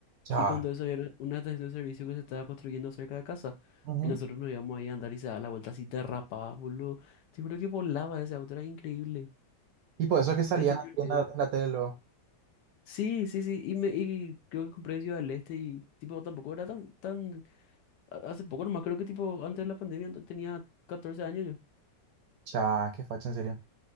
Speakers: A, on the right; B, on the left.
A: Ya.
B: Y cuando eso había una estación de servicio que se estaba construyendo cerca de casa.
A: Ujú.
B: Y nosotros nos íbamos ahí a andar y se daba la vuelta así, derrapaba, boludo. Te juro que volaba ese auto, era increíble.
A: Y por eso es que salían
B: Era tan divertido.
A: en la, tienda- en la tele luego.
B: Sí, sí, sí, y, me, y creo que compré Ciudad del Este y tipo tampoco era tan, tan, a- hace poco nomás creo que tipo antes de la pandemia ento- tenía 14 años yo.
A: Cha, qué facha, en serio.